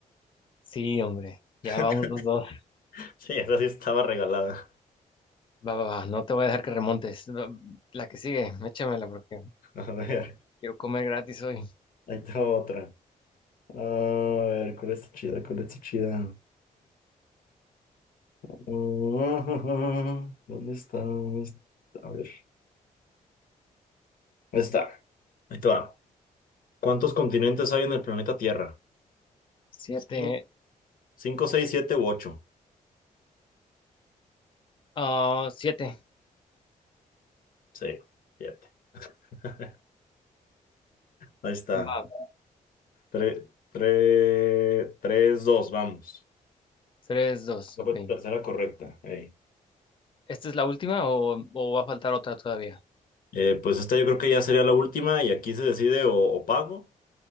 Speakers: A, on the left; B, on the left.
A: Sí, hombre. Ya
B: <laughs>
A: vamos los dos.
B: Sí, esa sí estaba regalada.
A: Va, va, va. No te voy a dejar que remontes. Va- La que sigue, échamela porque
B: A ver,
A: quiero comer gratis hoy.
B: ahí está otra. A ver, ¿cuál está chida? ¿Cuál está chida? <laughs> Ah, ¿Dónde está? ¿Dónde está? A ver, ¿dónde está? Ahí te va. ¿Cuántos continentes hay en el planeta Tierra?
A: Siete.
B: Cin- Cinco, seis, siete u ocho.
A: Ah, siete.
B: Sí, siete. <laughs> Ahí está.
A: Va.
B: Tres, tres, tres, dos, vamos.
A: Tres, dos.
B: Esa
A: Ok.
B: fue tu tercera correcta. Ey.
A: ¿Esta es la última o, o va a faltar otra todavía?
B: Eh, pues esta yo creo que ya sería la última y aquí se decide o, o pago